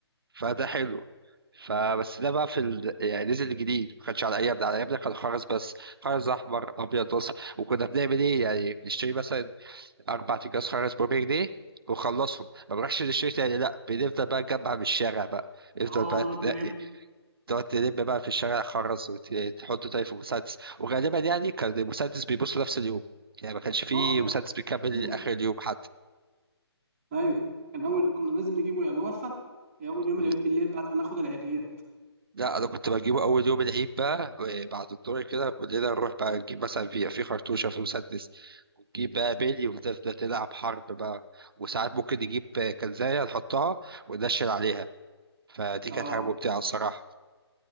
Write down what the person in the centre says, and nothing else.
اه
نقعد
نلم
اه كان
لازم
ايوه كان اول كنا لازم نجيبه يا الوفا يا اول يوم
العيد بالليل بعد ما ناخد العيديات
اه